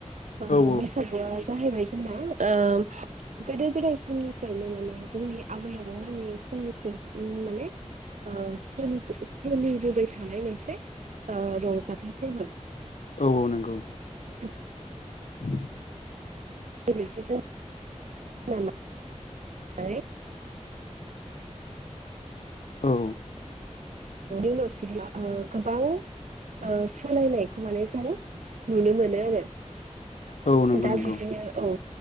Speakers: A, on the right; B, on the left.
A: ओ
B: औ
A: बैसागुया जाहैबाय ओ गोदो गोदाय समनिफ्रायनो माने जोंनि आबै आबौ मोननि समनिफ्राय ओ माने सोलि सोलिबोबाय थानाय थानाय मोनसे ओ रंजाथाइ फोरबो
B: औ औ नंगौ।
A: आ
B: <unintelligible>
A: <unintelligible>
B: औ
A: नो ओ गोबां सोलायनायखौ माने जोंङ नुनो मोनो आरो
B: औ नंगौ
A: दा
B: नंगौ
A: बिदिनो औ।